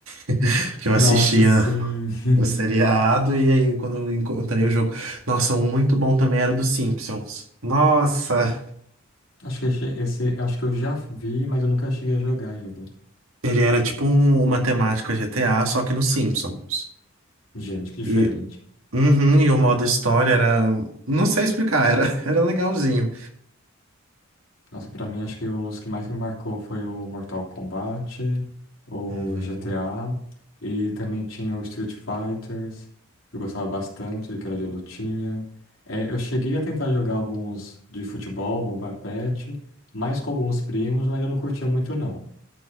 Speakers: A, on the right (about 75°); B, on the left (about 65°).
A: <laughs> que eu
B: Nossa,
A: assistia
B: sim. <laughs>
A: o seriado, e aí quando eu encontrei o jogo. Nossa, um muito bom também era o dos Simpsons. Nossa,
B: Acho que esse, esse- acho que eu já vi, mas eu nunca cheguei a jogar ele.
A: ele era tipo um- uma temática GTA, só que nos Simpsons.
B: Gente, que diferente.
A: E, uhum, e o modo história era. Não sei explicar, era, <laughs> era legalzinho.
B: Nossa, pra mim acho que os que mais me marcou foi o Mortal Kombat, o
A: Uhum,
B: GTA e também tinha o Street Fighters, que eu gostava bastante, que era de lutinha. É, eu cheguei a tentar jogar alguns de futebol, Bomba Patch, mais com alguns primos, mas eu não curtia muito não.